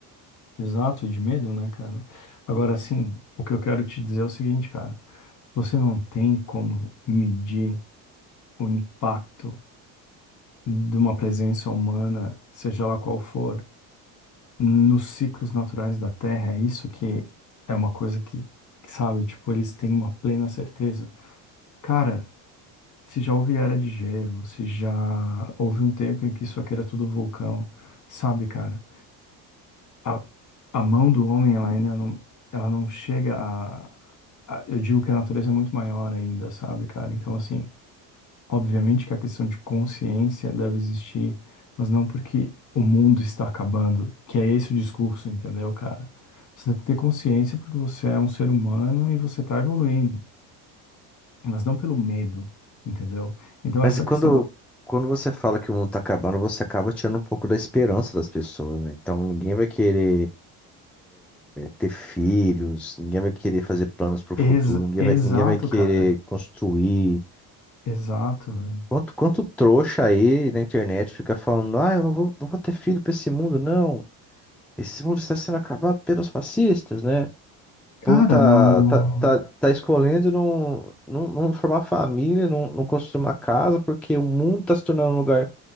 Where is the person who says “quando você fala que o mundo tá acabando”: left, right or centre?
Centre